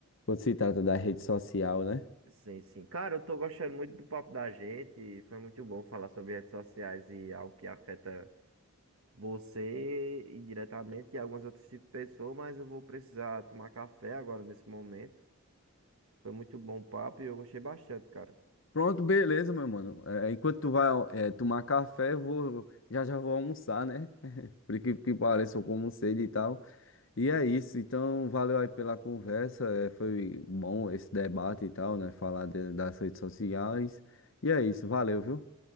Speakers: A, on the left; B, on the right.
A: quando se trata da rede social, né?
B: Sim, sim. Cara, eu tô gostando muito do papo da gente. e Foi muito bom falar sobre redes sociais e algo que afeta você indiretamente e alguns outros tipos de pessoas, mas eu vou precisar tomar café agora nesse momento. Foi muito bom o papo e eu gostei bastante, cara.
A: Pronto, beleza, meu mano. É, enquanto tu vai, é, tomar café, eu vou, já já vou almoçar, né? por incrível que pareça, eu como sede e tal. E é isso, então valeu aí pela conversa, eh, foi bom esse debate e tal, né? Falar de- das redes sociais. E é isso, valeu, viu?